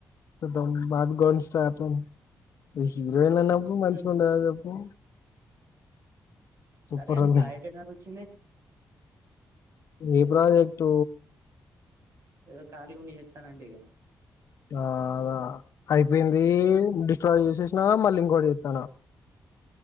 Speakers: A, on the left; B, on the right.
A: సుద్దాం బ్యాక్గ్రౌండ్ స్టార్ట్ అయింది. ఇహీమ్ ఎన్నన్న మంచిగా
B: హుహు.
A: ఉంద చెప్పు సూపర్
B: సరే గాని
A: ఉంది
B: ప్రాజెక్ట్ ఏడి దాంకా వోచ్చింది.
A: ఏ ప్రాజెక్ట్
B: ఏదో కాళీగా ఉండి చేత్తన్న ఆంటీవి గా
A: ఆ ఆద అయిపోయింది. డిస్ట్రాయి చేసేసిన మళ్ళీ ఇంకోటి చేత్తన్న